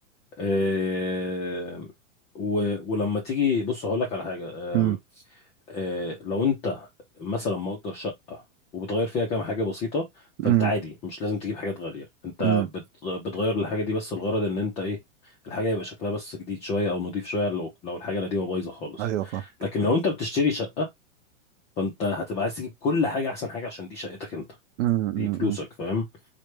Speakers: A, on the left; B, on the right.
A: آه، و- ولما تيجي بص هقول لك على حاجه
B: مم.
A: آم، آه، لو انت مثلا مؤجر شقه وبتغير فيها كام حاجه بسيطه
B: مم.
A: فانت عادي مش لازم تجيب حاجات غاليه انت
B: مم.
A: بت- بتغير الحاجه دي بس الغرض ان انت ايه الحاجه يبقى شكلها بس جديد شويه او نضيف شويه لو لو الحاجه القديمه بايظه خالص
B: ايوه
A: لكن لو انت بتشتري شقه فانت هتبقى عايز تجيب كل حاجه احسن حاجه عشان دي شقتك انت
B: فاهم
A: دي فلوسك فاهم